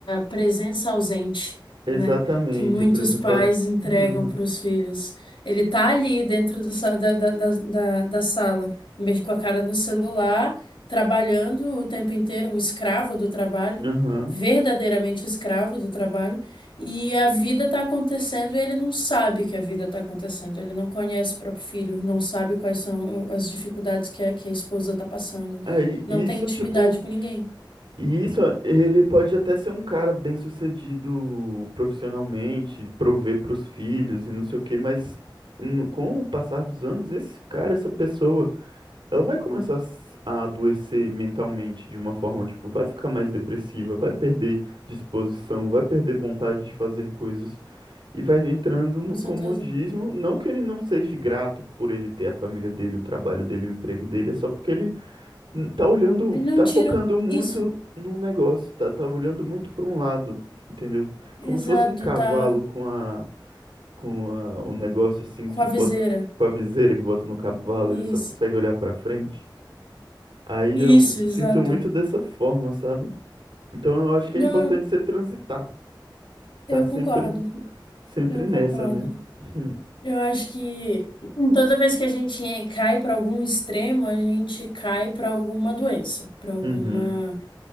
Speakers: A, on the left (about 90°); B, on the right (about 80°).
A: presença ausente,
B: exatamente
A: né? Que muitos
B: apresentar.
A: pais entregam
B: Aham.
A: para os filhos. Ele tá ali dentro do sa- da, da, da, da da sala, mexe com a cara no celular, trabalhando o tempo inteiro, um escravo do trabalho,
B: Aham.
A: verdadeiramente escravo do trabalho, e a vida tá acontecendo e ele não sabe que a vida tá acontecendo. Ele não conhece o próprio filho, não sabe quais são as dificuldades que a, que a esposa tá passando.
B: Aí,
A: Não
B: isso,
A: tem intimidade
B: tipo.
A: com ninguém,
B: E isso, ele pode até ser um cara bem-sucedido profissionalmente, prover para os filhos e não sei o quê, mas no- com o passar dos anos, esse cara, essa pessoa, ela vai começar a s- a adoecer mentalmente de uma forma, tipo, vai ficar mais depressiva, vai perder disposição, vai perder vontade de fazer coisas e vai entrando no
A: com certeza.
B: comodismo. Não que ele não seja grato por ele ter a família dele, o trabalho dele, o emprego dele, é só porque ele N- Tá olhando,
A: E não
B: tá
A: tira
B: focando muito
A: isso.
B: num negócio, tá, tá olhando muito para um lado, entendeu?
A: Exato,
B: Como se fosse um cavalo
A: tá
B: com a, com a, um negócio assim
A: com
B: que
A: a
B: bota,
A: viseira.
B: com a viseira que bota no cavalo,
A: Isso.
B: ele só consegue olhar para frente. Aí
A: Isso,
B: eu
A: exato.
B: sinto muito dessa forma, sabe? Então eu acho
A: Não,
B: que é importante você transitar, tá
A: eu
B: sempre,
A: concordo.
B: sempre
A: Eu
B: nessa,
A: concordo.
B: né? <laughs>
A: Eu acho que toda vez que a gente cai para algum extremo, a gente cai para alguma doença, para alguma
B: Uhum,